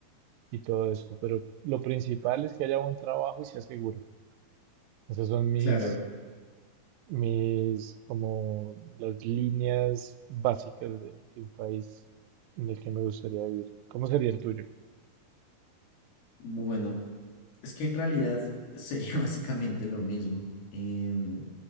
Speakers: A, on the right; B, on the left.
A: y todo esto. Pero lo principal es que haya buen trabajo y sea seguro. Esas son mis,
B: claro.
A: mis, como las líneas básicas de, de un país en el que me gustaría vivir. ¿Cómo sería el tuyo?
B: Bueno, Es que en realidad sería <laughs> básicamente lo mismo. Em,